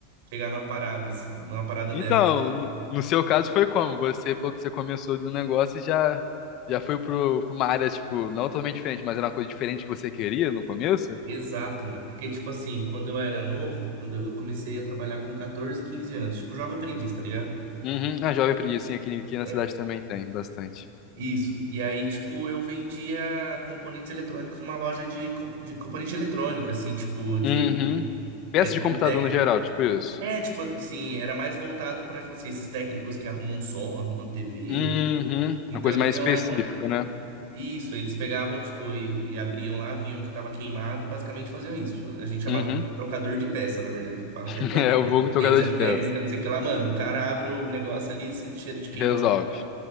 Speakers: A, on the right; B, on the left.
A: chegar numa parada, assim, numa parada
B: Então,
A: dessas.
B: no no seu caso foi como? Você falou que você começou de um negócio e já, já foi pro, pra uma área, tipo, não totalmente diferente, mas era uma coisa diferente que você queria no começo?
A: Exato, mano. Porque, tipo assim, quando eu era novo, quando eu eu comecei a trabalhar com 14, 15 anos, tipo, jovem aprendiz, tá ligado?
B: Uhum. A Jovem Aprendiz, sim, aqui, aqui na
A: É.
B: cidade também tem bastante.
A: Isso. E aí, tipo, eu vendia componentes eletrônicos numa loja de, com- de componente eletrônico, assim, tipo, de.
B: Uhum. Peça
A: É,
B: de
A: de
B: computador
A: tec-
B: no geral, tipo isso.
A: é, tipo, assim, era mais voltado pra, tipo assim, esses técnicos que arrumam som, arrumam TV.
B: Uhum.
A: Então
B: Uma coisa
A: eles
B: mais
A: iam
B: específica,
A: lá e
B: né?
A: Isso, eles pegavam, tipo, e, e abriam lá, viam que tava queimado, basicamente faziam isso. A gente chamava
B: Uhum.
A: de trocador de peça, na verdade, que fala
B: <laughs>
A: que é técnica,
B: É o vulgo
A: assistência
B: tocador de peça.
A: técnica, não sei o que lá, mano. O cara abre o negócio ali, sente cheiro de queimado,
B: Resolve.